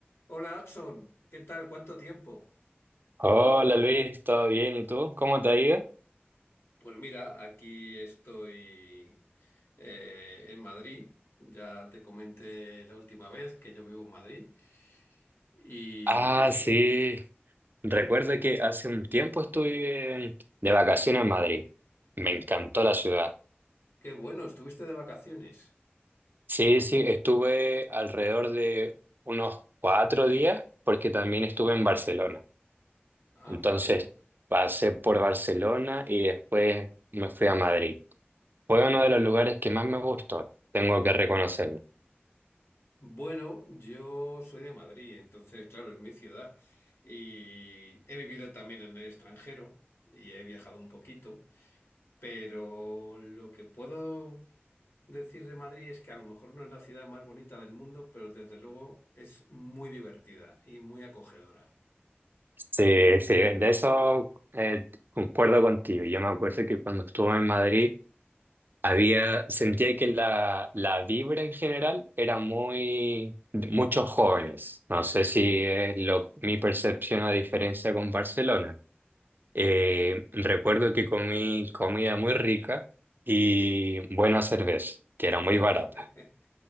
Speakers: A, on the left; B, on the right.
A: Hola, Adson. ¿Qué tal? ¿Cuánto tiempo?
B: Hola Luis, ¿todo bien? ¿Y tú? ¿Cómo te ha ido?
A: Pues mira, aquí estoy eh, en Madrid. Ya te comenté la última vez que yo vivo en Madrid. Y
B: Ah, sí. Recuerdo que hace un tiempo estuve en- de vacaciones en Madrid. Me encantó la ciudad.
A: qué bueno, estuviste de vacaciones.
B: Sí, sí, estuve alrededor de unos cuatro días porque también estuve en Barcelona.
A: Ah,
B: Entonces
A: muy bien.
B: pasé por Barcelona y después me fui a Madrid. Fue uno de los lugares que más me gustó, tengo que reconocerlo.
A: Bueno, yo soy de Madrid, entonces, claro, es mi ciudad. Y he vivido también en el extranjero y he viajado un poquito. Pero lo que puedo decir de Madrid es que a lo mejor no es la ciudad más bonita del mundo, pero desde luego es muy divertida y muy acogedora.
B: Sí, sí, de eso eh, concuerdo contigo. Yo me acuerdo que cuando estuve en Madrid Había, sentía que la, la vibra en general era muy, muchos jóvenes. No sé si es lo, mi percepción a diferencia con Barcelona. Eh, recuerdo que comí comida muy rica y buena cerveza, que era muy barata.
A: <laughs>